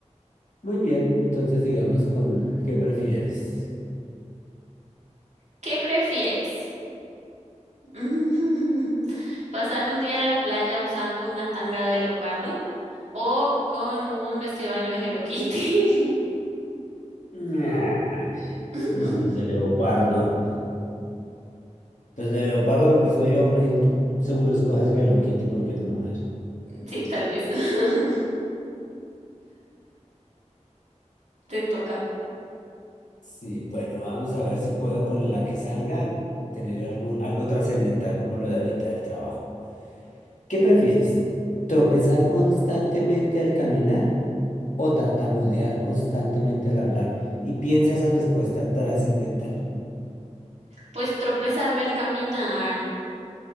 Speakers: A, on the left (about 85°); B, on the right (about 70°).
A: muy bien. Entonces digamos con ¿qué prefieres?
B: ¿qué prefieres? <laughs> ¿Pasar un día en la playa usando una tanga de leopardo o con un vestido de baño de Hello Kitty?
A: Nah,
B: <laughs>
A: No, pues de leopardo. Pues de leopardo porque soy hombre y tú seguro escoges Hello Kitty porque eres mujer.
B: Sí, tal vez. <laughs> Te toca.
A: Sí, bueno, vamos a ver si puedo con la que salga tener algo, algo trascendental como lo de ahorita del trabajo. ¿Qué prefieres? ¿Tropezar constantemente al caminar o tartamudear constantemente al hablar? Y piensa esa respuesta trascendental.
B: Pues tropezarme al caminar.